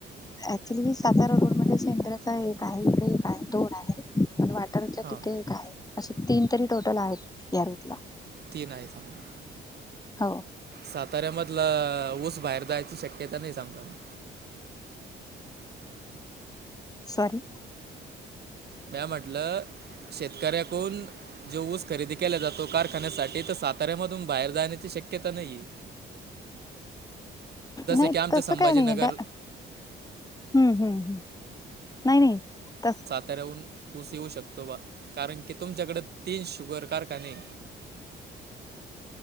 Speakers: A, on the left; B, on the right.
A: अक्च्युली मी सातारा रोड मध्ये शेंद्र्याचा एक आहे इकडे एक आहे दोन आहे. पण वाटारच्या
B: हां
A: तिथे एक आहे असं तीन तरी टोटल आहेत या रूट ला.
B: तीन आहे समजा
A: हो
B: साताऱ्यामधलं ऊस बाहेर जायची शक्य तेता नाही सांगता मग
A: सरी
B: म्या म्हटलं शेतकऱ्याकून जो ऊस खरेदी केल्या जातो कार ण्या तर साताऱ्यामधून बाहेर जाण्याची शक्यता नाहीये.
A: नाही
B: की आमच्या
A: तसं
B: संभाजीनगर
A: काई नाहीये डा हम्म हम्म हम् नाही नाही तस
B: त्याहून ऊस येऊ शकतो बा कारण की तुमच्याकडे तीन शुगर कारखाने